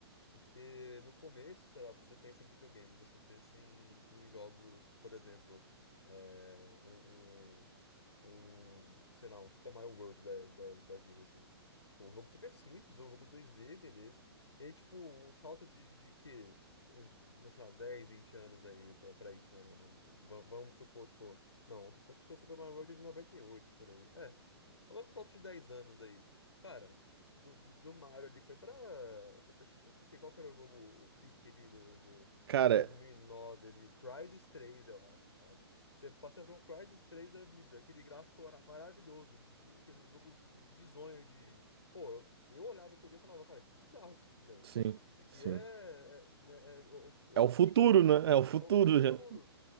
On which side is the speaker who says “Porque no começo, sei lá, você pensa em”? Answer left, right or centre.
Left